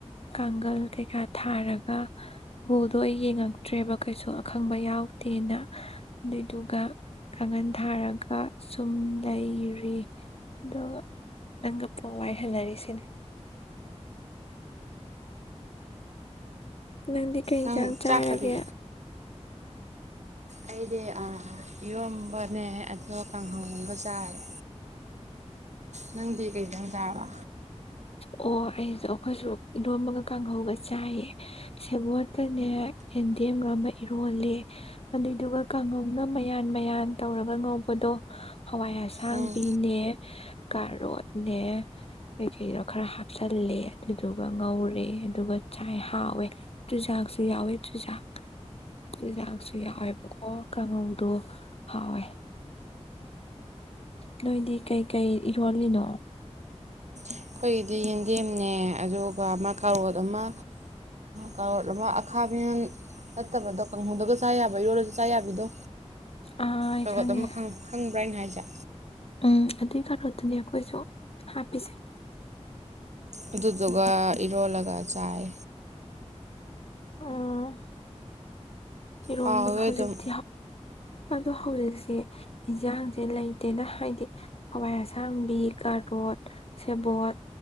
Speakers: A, on the left; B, on the right.
A: ꯀꯥꯡꯒꯜ ꯀꯩꯀꯥ ꯊꯥꯔꯒ ꯕꯣꯗꯣ ꯌꯦꯡꯉꯛꯇ꯭ꯔꯦꯕ ꯀꯩꯁꯨ ꯑꯈꯪꯕ ꯌꯥꯎꯗꯦꯅ ꯑꯗꯨꯏꯗꯨꯒ ꯀꯥꯡꯒꯜ ꯊꯥꯔꯒ ꯁꯨꯝ ꯂꯩꯔꯤ ꯑꯗꯨꯒ ꯅꯪꯒ ꯄ ꯋꯥꯏꯍꯟꯅꯔꯤꯁꯤꯅꯤ ꯅꯪꯗꯤ ꯀꯩ ꯌꯦꯟꯁꯥꯡ
B: ꯅꯪ
A: ꯆꯥꯔꯒꯦ
B: ꯆꯥꯛꯀꯗꯤ ꯑꯩꯗꯤ ꯏꯔꯣꯟꯝꯕꯅꯦ ꯑꯗꯣ ꯀꯥꯡꯍꯣꯡꯕ ꯆꯥꯔꯦ ꯅꯪꯗꯤ ꯀꯩꯗꯪ ꯆꯥꯔꯕ
A: ꯑꯣ ꯑꯩꯁꯨ ꯑꯩꯈꯣꯏꯁꯨ ꯏꯔꯣꯟꯃꯒ ꯀꯥꯡꯍꯧꯒ ꯆꯥꯏꯌꯦ ꯁꯦꯕꯣꯠꯀꯅꯦ ꯌꯦꯟꯗꯦꯝꯒ ꯑꯃ ꯏꯔꯣꯜꯂꯦ ꯑꯗꯨꯏꯗꯨꯒ ꯀꯥꯡꯍꯧꯅ ꯃꯌꯥꯟ ꯃꯌꯥꯟ ꯇꯧꯔꯒ ꯉꯧꯕꯗꯣ ꯍꯋꯥꯏ ꯑꯁꯥꯡꯕꯤꯅꯦ
B: ꯎꯝ
A: ꯀꯥꯔꯣꯠꯅꯦ ꯀꯩ ꯀꯩꯗꯣ ꯈꯔ ꯍꯥꯞꯆꯤꯜꯂꯦ ꯑꯗꯨꯗꯨꯒ ꯉꯧꯔꯦ ꯑꯗꯨꯒ ꯆꯥꯏ ꯍꯥꯎꯋꯦ ꯆꯨꯖꯥꯛꯁꯨ ꯌꯥꯎꯋꯦ ꯆꯨꯖꯥꯛ ꯆꯨꯖꯥꯛꯁꯨ ꯌꯥꯎꯋꯦꯕꯀꯣ ꯀꯥꯡꯉꯧꯗꯣ ꯍꯥꯎꯋꯦ ꯅꯣꯏꯗꯤ ꯀꯩꯀꯩ ꯏꯔꯣꯜꯂꯤꯅꯣ
B: ꯑꯩꯈꯣꯏꯒꯤꯗꯤ ꯌꯦꯟꯗꯦꯝꯅꯦ ꯑꯗꯨꯒ ꯑꯃ ꯀꯥꯔꯣꯠ ꯑꯃ ꯀꯥꯔꯣꯠ ꯑꯃ ꯑꯈꯥꯕꯤꯅ ꯐꯠꯇꯕꯗꯣ ꯀꯥꯡꯪꯍꯧꯗꯕ ꯆꯥ ꯌꯥꯕ ꯌꯣꯜꯂꯁꯨ ꯆꯥ ꯌꯥꯕꯤꯗꯣ
A: ꯑꯩ
B: ꯀꯂꯣꯗ
A: ꯈꯪꯉꯦ
B: ꯈꯪꯕ꯭ꯔꯥ ꯍꯥꯏꯅ ꯍꯥꯏꯖ ꯆ
A: ꯎꯝ ꯑꯗꯨꯏ ꯀꯔꯣꯠꯇꯅꯦ ꯑꯩꯈꯣꯏꯁꯨ ꯍꯥꯞꯄꯤꯁꯦ
B: ꯑꯗꯨꯗꯨꯒ ꯏꯔꯣꯜꯂꯒ ꯆꯥꯏ
A: ꯑꯥ ꯏꯔꯣꯟꯕꯒ
B: ꯍꯥꯎꯋꯦ
A: ꯍꯧꯖꯤꯛꯇꯤ
B: ꯑꯗꯨꯝ
A: ꯑꯗꯣ ꯍꯧꯖꯤꯛꯁꯦ ꯏꯟꯁꯥꯡꯁꯦ ꯂꯩꯇꯦꯅ ꯍꯥꯏꯗꯤ ꯍꯋꯥꯏ ꯑꯁꯥꯡꯕꯤ ꯀꯥꯔꯣꯠ ꯁꯦꯕꯣꯠ